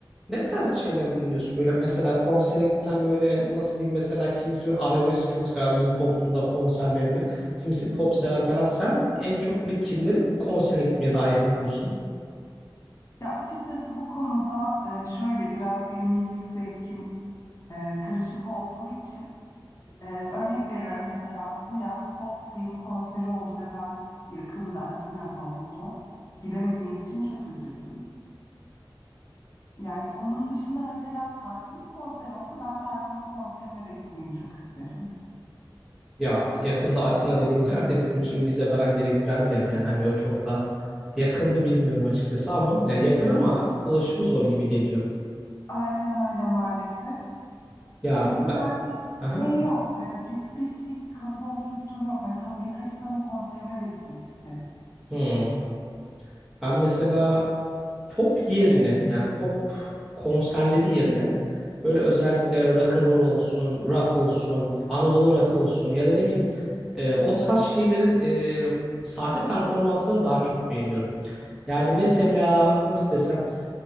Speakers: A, in the centre; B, on the left.
A: Ne tarz şeyler dinliyorsun? Böyle mesela konsere gitsen böyle nasıl diyeyim mesela kimisi bir arabesk çok sever bizim toplumda konserlerini. Kimisi pop sever falan. Sen en çok böyle kimlerin konserine gitmeye daha yakın olursun?
B: Ya açıkçası bu konuda e, şöyle biraz benim müzik zevkim e, karışık olduğu için Ee, örnek veriyorum mesela bu yaz Coldplay'in konseri oldu ve ben yakında Atina'da oldu. Gidemediğim için çok üzüldüm. Yani onun dışında mesela Tarkan'ın konseri olsa ben Tarkan'ın konserine de gitmeyi çok isterim.
A: Ya yakında Atina dediğin <laughs> yer de bizim için vize falan gerektiren bir yer. Yani hani o çok da yakınını bilmiyorum açıkçası ama ya yakın ama ulaşımı zor gibi geliyor.
B: Aynen öyle maalesef.
A: Ya
B: Hani
A: ben...
B: böyle şey
A: Aha.
B: yok, e, bir spesifik kalıba oturttuğum yok. Mesela Metallica'nın konserine de gitmek isterim.
A: Hmm. Ben mesela pop yerine yani pop konserleri yerine böyle özellikle rock and roll olsun, rock olsun, Anadolu rock olsun ya da ne bileyim e, o tarz şeylerin e, sahne performanslarını daha çok beğeniyorum. Yani mesela nasıl desem